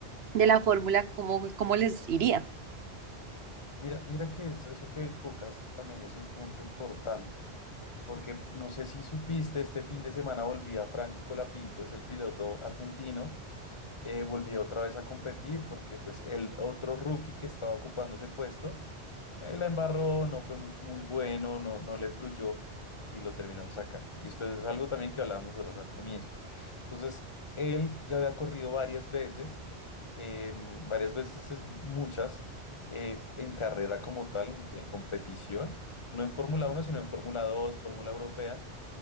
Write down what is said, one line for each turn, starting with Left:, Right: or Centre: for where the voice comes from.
Right: de la fórmula, ¿cómo, cómo les iría?
Left: Mira, mira que eso, eso que tocas es- también es un punto importante, porque no sé si supiste, este fin de semana volvía Franco Colapinto, es el piloto argentino, eh, volvía otra vez a competir porque pues el otro rookie que estaba ocupando ese puesto eh, la embarró, no fue muy, muy bueno, no, no le fluyó y lo terminaron sacando. Y esto es algo también que hablábamos nosotros al comienzo. Entonces, él ya había corrido varias veces, eh, varias veces es muchas, eh, en carrera como tal, en, en competición, no en Fórmula Uno sino en Fórmula Dos Fórmula Europea,